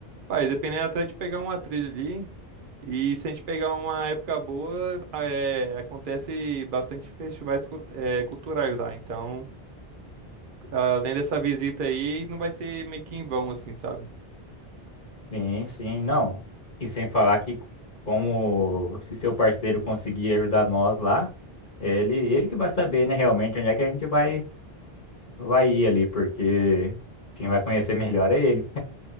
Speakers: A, on the right; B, on the left.
A: Pai, dependendo até de pegar uma trilha ali. E se a gente pegar uma época boa, a- é, acontece bastante festivais cu- é, culturais lá. Então, além dessa visita aí, não vai ser meio que em vão, assim, sabe?
B: Sim, sim, não. E sem falar que como se seu parceiro conseguir ajudar nós lá, ele ele que vai saber, né, realmente onde é que a gente vai vai ir ali, porque quem vai conhecer melhor é ele.